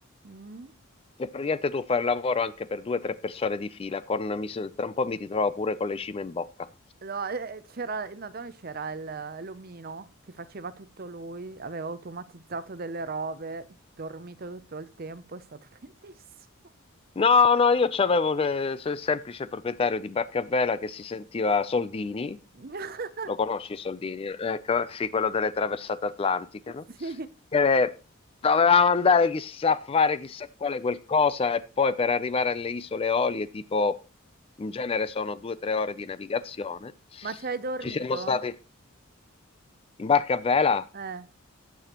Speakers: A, on the right; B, on the left.
A: Mm?
B: E praticamente tu fai il lavoro anche per due o tre persone di fila, con, mi s- tra un po' mi ritrovo pure con le cime in bocca.
A: No, eh, eh, c'era, no, da noi c'era il- l'omino che faceva tutto lui, aveva automatizzato delle robe, dormito tutto il tempo, è stato <laughs> bellissimo.
B: No, no, io c'avevo le- so- il semplice proprietario di barca a vela che si sentiva Soldini,
A: <laughs>
B: lo conosci Soldini? Ecco, sì, quello delle traversate atlantiche, no?
A: Sì.
B: Che doveva mandare chissà a fare chissà quale qualcosa e poi per arrivare alle isole Eolie, tipo, in genere sono due o tre ore di navigazione.
A: Ma ci hai dormito?
B: Ci siamo stati, In barca a vela?
A: Eh.